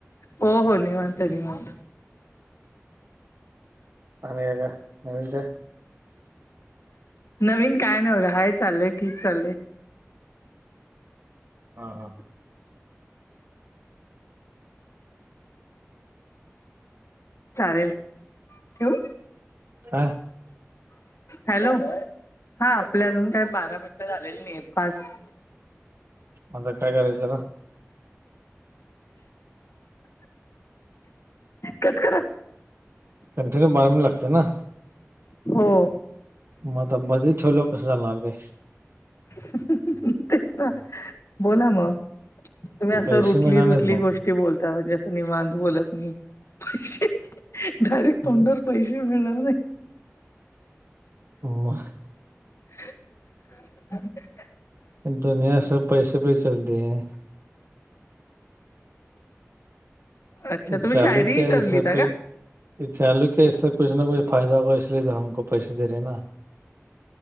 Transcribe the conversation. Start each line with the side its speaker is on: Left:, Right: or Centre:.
Left: हो हो निवांत निवांत.
Right: आणि काय काय नवीन काय?
Left: नवीन काय नाही बघा हाय चालय ठीक चाललय.
Right: हा हा.
Left: चालेल ठेवू?
Right: काय
Left: हॅलो हा आपले अजून काय बारा मिनट झालेले नाहीत पाच
Right: आता काय करायचं त्याला?
Left: कट करा.
Right: कंटि्यू बारा मिनिट लागते ना?
Left: हो.
Right: मग आता बधी ठेवल्याव कसं जाणार ते?
Left: च च चं तेच ना. बोला म तुम्ही असं
Right: पैसे
Left: रुटली
Right: मिळणार नाहीत
Left: रुटली
Right: मग
Left: गोष्ट. ते बोलता म्हणजे असं निवांत बोलत नाही. चचं डायरेक्ट
Right: हम्म
Left: तोंडर. पैसे मिळणार नाही
Right: वाह.
Left: <unintelligible>
Right: दुनिया सब पैसे पे चलते हैं.
Left: अच्छा
Right: <unintelligible>
Left: तुम्ही शायरी करलीता का
Right: <unintelligible>